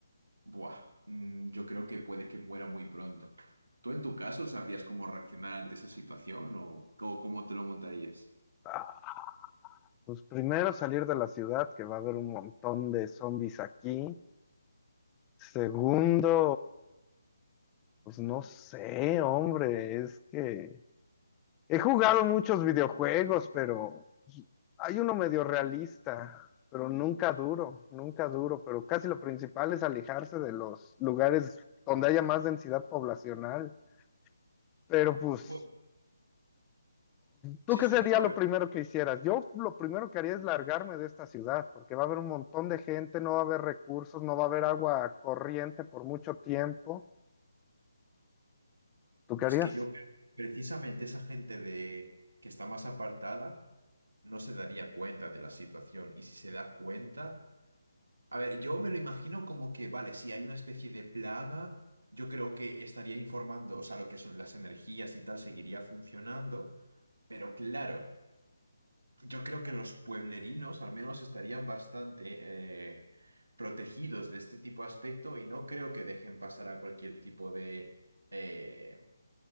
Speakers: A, on the right (about 75°); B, on the left (about 15°).
A: buah, mm, yo creo que puede que muera muy pronto. ¿Tú en tu caso sabrías cómo reaccionar ante esa situación o cómo cómo te lo montarías?
B: Ah, pues primero salir de la ciudad, que va a haber un montón de zombies aquí. Segundo, pues no sé, hombre, es que he jugado muchos videojuegos, pero hay uno medio realista, pero nunca duro, nunca duro, pero casi lo principal es alejarse de los lugares donde haya más densidad poblacional. Pero pues...
A: Bueno,
B: ¿Tú
A: sí,
B: qué
A: sí,
B: sería
A: no,
B: lo
A: no,
B: primero que hicieras? Yo lo primero que haría es largarme de esta ciudad, porque va a haber un montón de gente, no va a haber recursos, no va a haber agua corriente por mucho tiempo. ¿Tú qué
A: Y
B: harías?
A: es que yo creo que precisamente esa gente de que está más apartada no se daría cuenta de la situación. Y si se da cuenta, a ver, yo me lo imagino como que, vale, si hay una especie de plaga, yo creo que estaría informando, o sea, lo que son las energías y tal, seguiría funcionando. Pero claro, yo creo que los pueblerinos al menos estarían bastante eh, protegidos de este tipo de aspecto y no creo que dejen pasar a cualquier tipo de... eh,